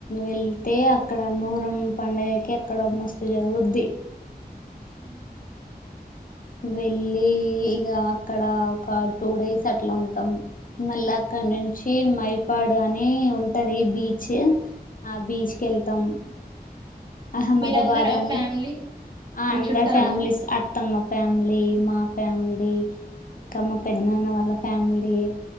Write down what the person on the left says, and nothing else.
వెళ్తే అక్కడ మహరం పండుగకి అక్కడ మస్తు జరుగుద్ది
వెళ్ళి ఇగ అక్కడ ఒక టూ డేస్ అట్లా ఉంటాం మళ్ళీ అక్కడ డ్ నుంచి మైపాడు అని ఉంటది బీచ్ ఆ బీచ్ కి వెళ్తాం అహ్మదాబాద్
అని
ఆ
అందరు
ఫ్యామిలీస్ అత్తమ్మ ఫ్యామిలీ మా ఫ్యామిలీ ఇంకా మా పెద్ద నాన్న వాళ్ళ ఫ్యామిలీ